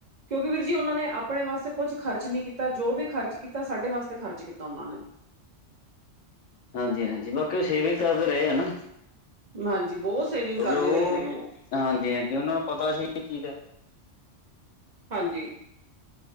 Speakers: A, on the right; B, on the left.
A: ਕਿਉਂਕਿ ਵੀਰ ਜੀ ਉਹਨਾਂ ਨੇ ਆਪਣੇ ਵਾਸਤੇ ਕੁੱਛ ਖਰਚ ਨੀ ਕੀਤਾ, ਜੋ ਵੀ ਖਰਚ ਕੀਤਾ ਸਾਡੇ ਵਾਸਤੇ ਖਰਚ ਕੀਤਾ ਉਹਨਾਂ ਨੇ।
B: ਹਾਂਜੀ-ਹਾਂਜੀ, ਬਾਕੀ ਉਹ ਸ਼ੇਵਿੰਗ ਕਰਦੇ ਰਹੇ ਆ ਨਾ।
A: ਹਾਂਜੀ, ਬਹੁਤ ਸੇਵਿੰਗ
B: ਕਿਉਂਕਿ
A: ਕਰਦੇ
B: ਉਹ,
A: ਰਹੇ ਨੇ
B: ਹਾਂਜੀ-ਹਾਂਜੀ, ਉਹਨਾਂ ਨੂੰ ਪਤਾ ਸੀ ਇਹ ਚੀਜ਼
A: ਹਾਂਜੀ।